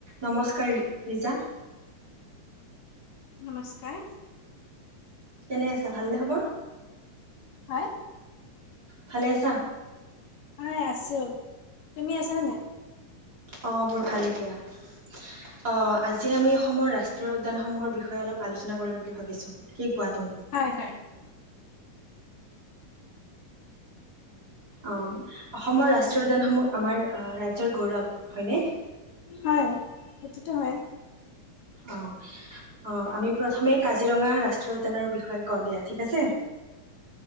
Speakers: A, on the right; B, on the left.
A: নমস্কাৰ ৰিজা।
B: নমস্কাৰ।
A: কেনে আছা ভালনে খবৰ।
B: হয়।
A: ভালে আছা।
B: হয় আছো, তুমি আছা নে নাই।
A: অ'মোৰ ভালে দিয়া অ' আজি আমি অসমৰ ৰাষ্ট্ৰীয় উদ্যানসমূহৰ বিষয়ে অলপ আলোচনা কৰিম বুলি ভাবিছো কি। কোৱা তুমি
B: হয়-হয়।
A: অ' অসমৰ ৰাষ্ট্ৰীয় উদ্যানসমূহ আমাৰ ৰাজ্যৰ গৌৰৱ হয়নে?
B: হয় সেইটোতো হয়।
A: অ', -অ' আমি প্ৰথমেই কাজিৰঙা ৰাষ্ট্ৰীয় উদ্যানৰ বিষয়ে কও দিয়া ঠিক আছে।